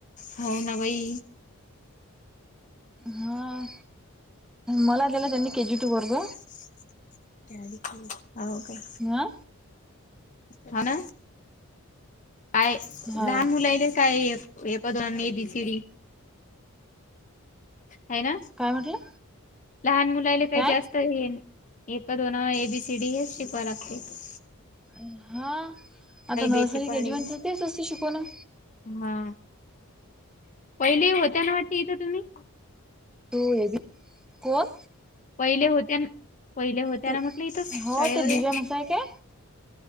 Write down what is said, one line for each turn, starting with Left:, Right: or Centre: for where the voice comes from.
Left: हाव ना बाई.
Centre: हा मला दिला त्यांनी केजी टू वर्ग.
Left: <inaudible> हाव का?
Centre: आ
Left: हाव ना आहे
Centre: हा
Left: लहान मुलांयले काय एक दोन अण ए बी सी डी. हाय ना
Centre: काय म्हटलं
Left: लहान मुलाले काही
Centre: काय
Left: जास्त तर ये एक दोन ए बी सी डी हेच शिकवाय लागते त
Centre: अ हा आता नर्सरी
Left: बेचे पाडे
Centre: केजीमध्ये तर तेच असते शिकवण.
Left: हा. पहिली ही होत्या ना वाटते इथं तुम्ही?
Centre: तू हे बी कोण?
Left: पहिले होत्या न पहिले होत्या
Centre: ती
Left: ना म्हटलं इथं शाळेवरे.
Centre: हो ते दिव्या म्हसाय काय